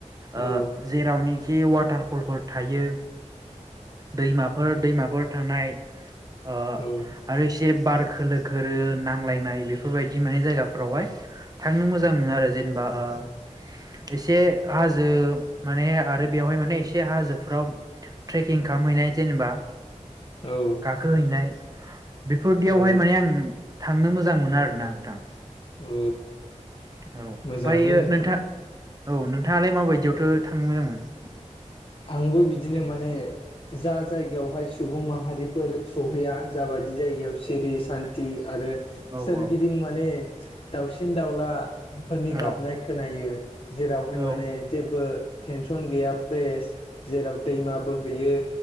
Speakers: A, on the right (about 30°); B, on the left (about 50°).
A: ओ
B: औ
A: जेरावनोखि वाटारफलफोर थायो दैमाफोर दैमाफोर थानाय ओ
B: औ
A: आरो जे बार खोलो खोरो नांलायनाय बेफोरबायदि माने जायगाफोरावहाय थांनो मोजां मोनो आरो जे जेनबा ओ एसे हाजो माने आरो बेयावहाय माने एसे हाजोफ्राव ट्रेकिं खालामहैनाय जेनेबा
B: औ
A: गाखोहैनाय बेफोरदियावहाय
B: औ
A: माने आं थांनो मोजां मोनो आरोना नोंथां।
B: औ
A: औ ओमफ्राय
B: मोजाङानो नोंथां
A: नोंथाङ औ नोंथाङालाय माबायदियावथ' थांनो मोजां मोनो
B: आंबो बिदिनो माने जा जायगायावहाय सुबुं माहारिफोर सहैया जा जा बायदि जायगायाव सिरि सान्त आरो
A: औ
B: सोरगिदिं
A: औ
B: माने दाउसिन दाउला फोरनि
A: औ
B: गाबनाय खोनायो जेरावहाय
A: औ
B: माने जेबो टेनसन गैया फ्रेस जेराव दैमा बोहैयो